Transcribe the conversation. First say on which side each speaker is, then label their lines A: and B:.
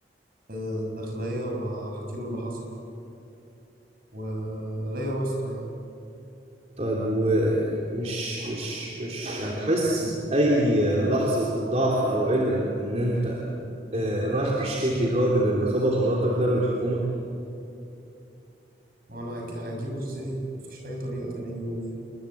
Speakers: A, on the right; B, on the right.
A: في الداخلية واحكي له اللي حصل وليا واسطة يعني
B: طيب ومش مش مش هتحس بأي لحظة ضعف أو قلة إن أنت آه، رايح تشتكي الراجل اللي خبط مراتك ده للحكومة
A: ما انا هج- هجيبه ازاي مفيش اي طريقه تانية اجيبه بيها